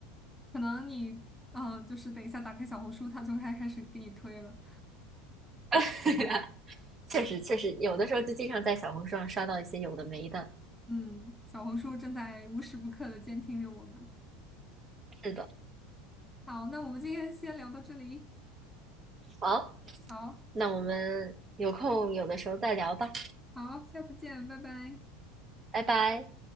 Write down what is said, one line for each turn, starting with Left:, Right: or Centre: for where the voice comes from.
Centre: 可能你，嗯，就是等一下打开小红书，它就开开始给你推了。
Right: <laughs> 确实，确实有的时候就经常在小红书上刷到一些有的没的。
Centre: 嗯，小红书正在无时不刻的监听着我们。
Right: 是的，
Centre: 好，那我们今天先聊到这里。
Right: 好，
Centre: 好，
Right: 那我们有空有的时候再聊吧，
Centre: 好，下次见，拜拜。
Right: 拜拜。